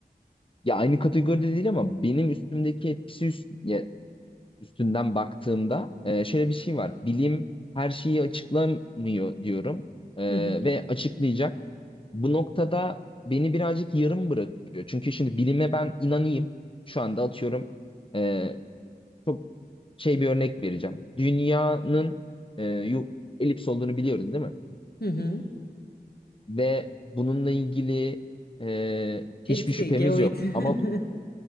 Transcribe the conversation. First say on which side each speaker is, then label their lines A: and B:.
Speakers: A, on the left (about 35°); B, on the left (about 85°).
A: ya aynı kategoride değil ama benim üstümdeki etkisi üst, ya üstünden baktığımda e, şöyle bir şey var. Bilim her şeyi açıklamıyor diyorum E,
B: Hı hı.
A: ve açıklayacak. Bu noktada beni birazcık yarım bırakıyor. Çünkü şimdi bilime ben inanayım. Şu anda atıyorum e, çok şey bir örnek vereceğim. Dünyanın e, yu- elips olduğunu biliyoruz değil mi?
B: Hı hı.
A: Ve bununla ilgili e, hiçbir
B: Elips
A: şüphemiz
B: değil, geoid.
A: yok. Ama
B: <laughs>